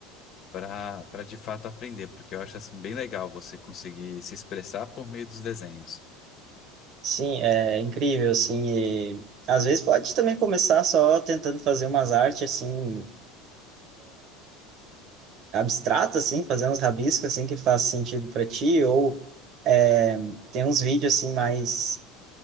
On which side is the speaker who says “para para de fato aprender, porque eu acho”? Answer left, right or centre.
Left